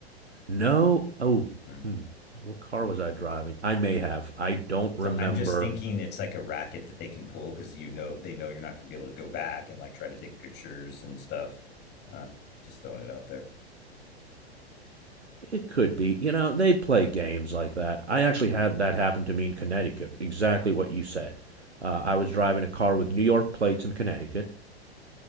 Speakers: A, on the right (about 85°); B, on the left (about 30°).
A: No, oh,
B: Mm.
A: hmm, what car was I driving? I may have. I don't
B: So
A: remember.
B: I'm just thinking it's like a racket that they can pull because you know they know you're not going to be able to go back and like try to take pictures and stuff. Uh, just throwing it out there.
A: It could be. You know, they play games like that. I actually had that happen to me in Connecticut, exactly what you said. Uh, I was driving a car with New York plates in Connecticut,